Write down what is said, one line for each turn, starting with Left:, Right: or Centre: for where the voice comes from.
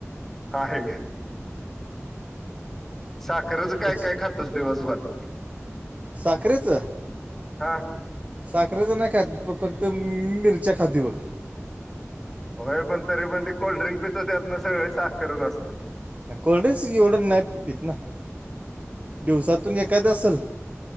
Centre: हा आहे साखरच काय
Right: कस
Centre: काय खात यस दिवसभर?
Right: साखरेच.
Centre: हा
Right: साखरेचं नाही खात फक्त म मिरच्या खातोय बघ.
Centre: होय पण तरी पण ते कोल्ड्रिंक पीतो त्यातन सगळी साखरच असते.
Right: नाय कोल्ड्रिंक्स येवढ नाही मी पित ना दिवसात तून एखादी असल,